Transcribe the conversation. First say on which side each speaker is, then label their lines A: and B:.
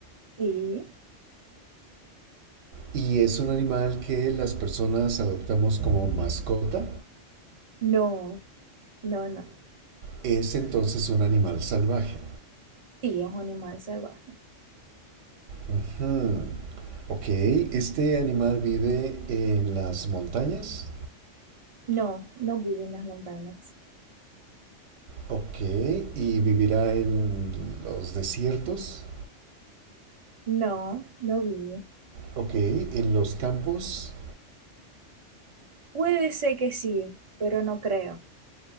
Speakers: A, on the right; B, on the right.
A: Sí.
B: Y es un animal que las personas adoptamos como mascota.
A: No, no, no.
B: Es entonces un animal salvaje.
A: Sí, es un animal salvaje.
B: Ujú. Ok, este animal vive en las montañas.
A: No, no vive en las montañas.
B: Ok, y vivirá en los desiertos.
A: No, no vive.
B: Ok, en los campos.
A: Puede ser que sí, pero no creo.